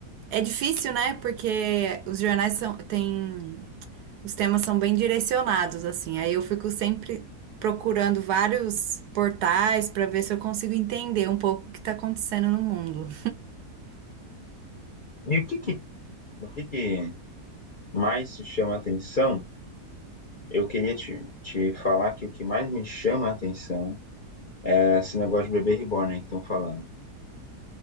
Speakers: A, on the right; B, on the left.
A: É difícil, né? Porque os jornais são tem os temas são bem direcionados assim. Aí eu fico sempre procurando vários portais para ver se eu consigo entender um pouco o que está acontecendo no mundo.
B: E o que que, o que que mais te chama a atenção? Eu queria te, te falar que o que mais me chama a atenção é esse negócio de bebê reborn aí que estão falando.